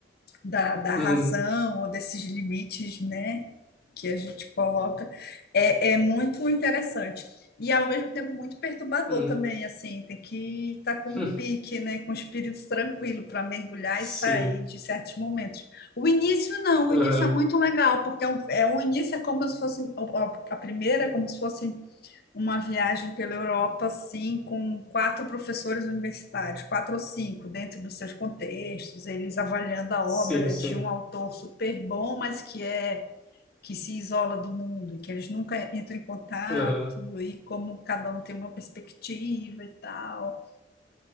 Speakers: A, on the left (about 60°); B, in the centre.
A: da, da
B: Uhum.
A: razão ou desses limites, né, que a gente coloca, é, é muito interessante. E ao mesmo tempo muito perturbador
B: Uhum.
A: também, assim, tem que estar com um
B: Hum,
A: pique, né, com o espírito tranquilo para mergulhar
B: Sim,
A: e sair de certos momentos. O início não, o
B: aham,
A: início é muito legal, porque é, um- é o início é como se fosse a a primeira, é como se fosse uma viagem pela Europa, assim, com quatro professores universitários, quatro ou cinco, dentro dos seus contextos, eles avaliando a
B: Sim,
A: obra
B: sim,
A: de um autor super bom, mas que é que se isola do mundo, que eles nunca entram em contato,
B: aham,
A: e como cada um tem uma perspectiva e tal.